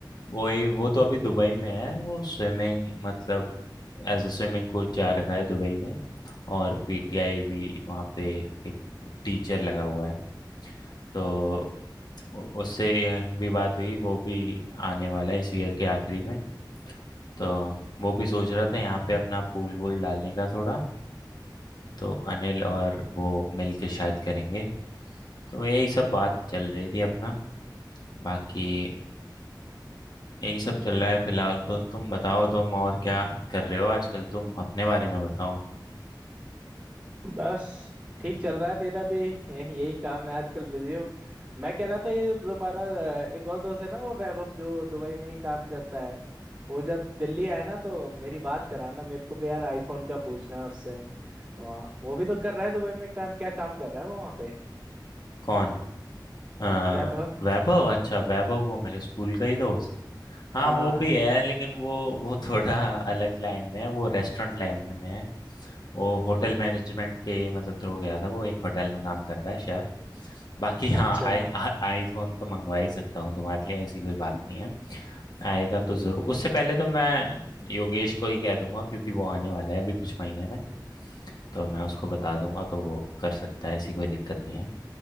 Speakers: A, on the left; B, on the right.
A: वही वो तो अभी दुबई में है वो स्विमिंग मतलब एज अ स्विमिंग कोच जा रखा है दुबई में और पीटीआई भी वहाँ पे एक टीचर लगा हुआ है तो उ- उससे भी बात हुई वो भी आने वाला है इस ईयर के आखिरी में तो वो भी सोच रहा था यहाँ पे अपना पूल वूल डालने का थोड़ा तो अनिल और वो मिल के शायद करेंगे तो यही सब बात चल रही थी अपना बाकी यही सब चल रहा है फिलहाल तो तुम बताओ तुम और क्या कर रहे हो आजकल तुम अपने बारे में बताओ
B: बस ठीक चल रहा है मेरा भी ये- यही काम है आजकल बिजी हूँ मैं कह रहा था ये जो दोबारा अ, एक और दोस्त है ना वो वैभव जो दुबई में ही काम करता है वो जब दिल्ली आए ना तो मेरी बात कराना मेरे को भी यार आईफोन का पूछना है उससे वहाँ वो भी तो कर रहा है दुबई में काम क्या काम कर रहा है वो वहाँ पे
A: कौन आ,
B: वैभव
A: वैभव अच्छा वैभव वो मेरे स्कूल का ही दोस्त हाँ
B: हाँ
A: वो भी है लेकिन वो वो थोड़ा अलग लाइन में है वो रेस्टोरेंट लाइन में है वो होटल मैनेजमेंट के मतलब थ्रू गया था वो एक होटल में काम कर रहा है शेफ बाकी हाँ
B: अच्छा
A: आई आ- आईफोन तो मंगवा ही सकता हूँ तुम्हारे लिए ऐसी कोई बात नहीं है आएगा तो जरूर उससे पहले तो मैं योगेश को ही कह दूंगा क्योंकि वो आने वाला है अभी कुछ महीने में तो मैं उसको बता दूंगा तो वो कर सकता है ऐसी कोई दिक्कत नहीं है